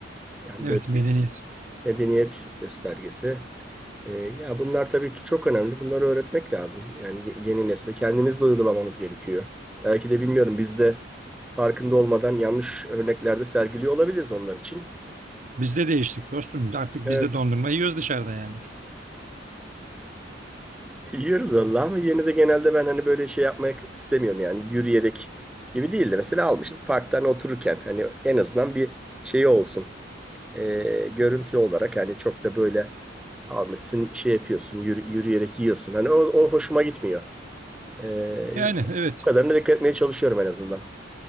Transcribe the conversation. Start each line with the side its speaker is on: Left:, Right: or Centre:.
Centre: Yani
Right: Evet
Centre: böyle
Right: medeniyet.
Centre: bir medeniyet göstergesi. E, ya bunlar tabii ki çok önemli. Bunları öğretmek lazım. Yani ye- yeni nesle kendimiz de uygulamamız gerekiyor. Belki de bilmiyorum biz de farkında olmadan yanlış örneklerde sergiliyor olabiliriz onlar için.
Right: Bizde değiştik dostum. Artık
Centre: Evet.
Right: biz de dondurma yiyoruz dışarıda yani.
Centre: Yiyoruz valla ama yine de genelde ben hani böyle şey yapmak istemiyorum yani yürüyerek gibi değil de mesela almışız parktan otururken hani en azından bir şey olsun Ee, görüntü olarak hani çok da böyle almışsın şey yapıyorsun yürü- yürüyerek yiyorsun hani o, o hoşuma gitmiyor. Ee,
Right: Yani evet.
Centre: bu kadarına dikkat etmeye çalışıyorum en azından.